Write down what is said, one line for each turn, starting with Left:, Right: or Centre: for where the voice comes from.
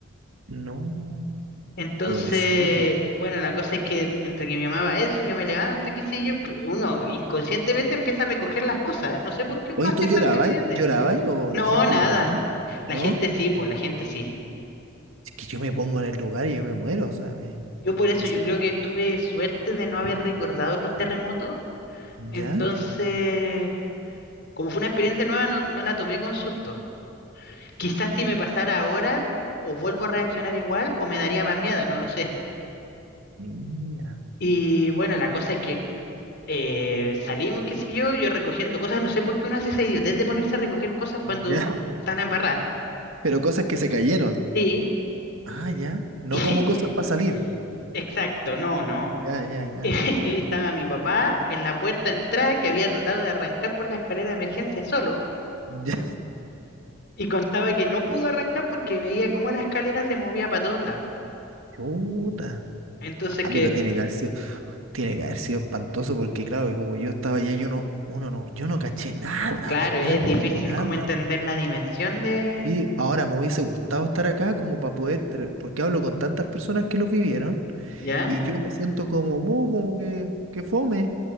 Right: No,
Left: Entonces,
Right: pobrecito.
Left: bueno, la cosa es que entre que mi mamá va a eso, yo me levanto, qué sé yo, p- uno inconscientemente empieza a recoger las cosas. ¿eh? No sé por qué uno
Right: Oye,
Left: hace
Right: ¿tú
Left: esa
Right: llorabas?
Left: idiote
Right: ¿Llorabas? ¿O
Left: No,
Right: la gente
Left: nada.
Right: lloraba?
Left: La
Right: ¿No?
Left: gente sí, pues, la gente sí.
Right: Es que yo me pongo en el lugar y yo me muero, o sea, me...
Left: Yo por eso
Right: No sé.
Left: yo creo que tuve suerte de no haber recordado otros terremotos.
Right: ¿Ya?
Left: Entonces, como fue una experiencia nueva, no, no la tomé con susto. Quizás si me pasara ahora, o vuelvo a reaccionar igual, o me daría más miedo, no lo sé.
Right: Mira.
Left: Y bueno, la cosa es que eh, salimos, qué sé yo, yo recogiendo cosas, no sé por qué uno hace esa idiotez de ponerse a recoger cosas cuando
Right: Ya. <laughs>
Left: está la embarrada.
Right: Pero cosas que se cayeron.
Left: Sí.
Right: Ah, ya. No
Left: <laughs>
Right: como cosas para salir.
Left: Y- exacto, no, no.
Right: Ya, ya, ya.
Left: <laughs> Y estaba mi papá en la puerta de entrada que había tratado de arrancar por la escalera de emergencia solo
Right: Ya.
Left: y contaba que no pudo arrancar porque veía cómo la escalera se movía para todos lados.
Right: Chuta.
Left: Entonces
Right: Ah,
Left: que,
Right: pero tiene que haber sido, tiene que haber sido espantoso porque, claro, y como yo estaba allá, yo no, uno no, yo no caché nada,
Left: claro,
Right: de nada,
Left: es
Right: de
Left: difícil
Right: nada.
Left: como entender la dimensión de...
Right: Sí, ahora me hubiese gustado estar acá como para poder, de re- porque hablo con tantas personas que los vivieron.
Left: ¿Ya?
Right: Y yo me siento como, "Bu, como que, que fome,